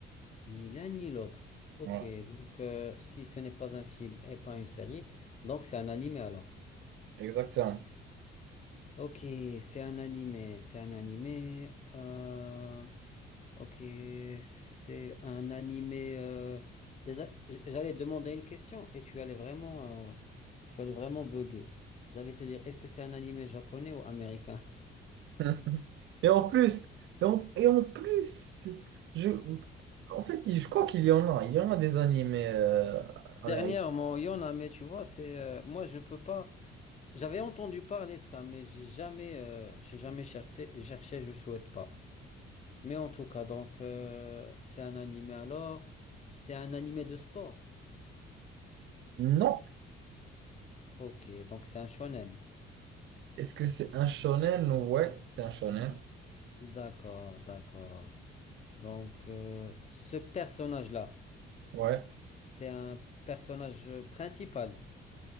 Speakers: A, on the left (about 35°); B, on the right (about 70°).
A: Ni l'un ni l'autre. Ok,
B: Ouais,
A: donc euh, si ce n'est pas un film et pas une série, donc c'est un animé alors.
B: exactement.
A: Ok, c'est un animé, c'est un animé. euh, ok, c'est un animé. euh, les a- j- J'allais demander une question et tu allais vraiment, euh, tu allais vraiment bugger. J'allais te dire, est-ce que c'est un animé japonais ou américain?
B: <laughs> Et en plus, et en, et en plus, je, en fait, je crois qu'il y en a. Il y en a des animés euh,
A: <laughs>
B: américains.
A: Dernièrement, il y en a, mais tu vois, c'est euh, moi je peux pas. J'avais entendu parler de ça, mais j'ai jamais, euh, j'ai jamais cherché, cherché, je souhaite pas. Mais en tout cas, donc, euh, c'est un animé alors, c'est un animé de sport.
B: Non.
A: Ok, donc c'est un shonen.
B: Est-ce que c'est un shonen? Ouais, c'est un shonen.
A: D'accord, d'accord. Donc, euh, ce personnage-là,
B: Ouais.
A: c'est un personnage euh, principal.